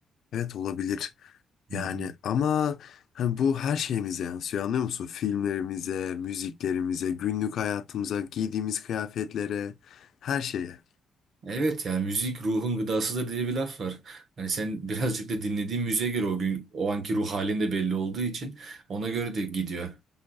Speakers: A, on the left; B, on the right.
A: evet olabilir.
B: Hı
A: Yani
B: hı.
A: ama hani bu her şeyimize yansıyor anlıyor musun? Filmlerimize, müziklerimize, günlük hayatımıza, giydiğimiz kıyafetlere, her şeye.
B: Evet ya müzik ruhun gıdasıdır diye bir laf var. Hani sen <laughs> birazcık da dinlediğin müziğe göre o gün o anki ruh halin de belli olduğu için ona göre de gidiyor.